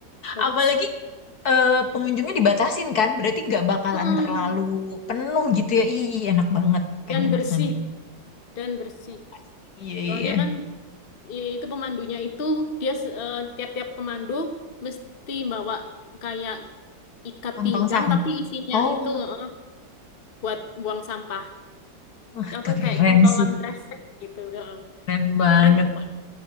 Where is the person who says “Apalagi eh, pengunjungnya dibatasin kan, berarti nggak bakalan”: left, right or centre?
Left